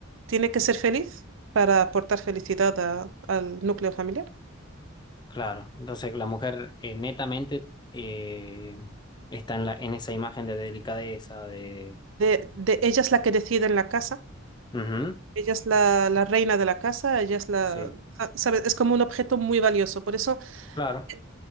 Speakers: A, on the right; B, on the left.
A: tiene que ser feliz para aportar felicidad a- al núcleo familiar.
B: claro. Entonces la mujer eh, netamente eh, está en la, en esa imagen de delicadeza, de
A: De, de- ella es la que decide en la casa,
B: Ujú.
A: ella es la, la reina de la casa, ella es la,
B: Sí,
A: ah, ¿sabes? Es como un objeto muy valioso. Por eso,
B: claro,
A: eh,